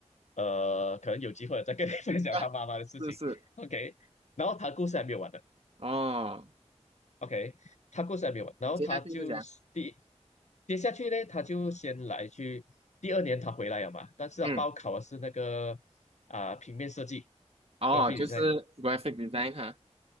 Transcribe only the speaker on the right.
啊是是，
哦，
接下去是讲，
嗯，
哦，
就是
graphic design 哈，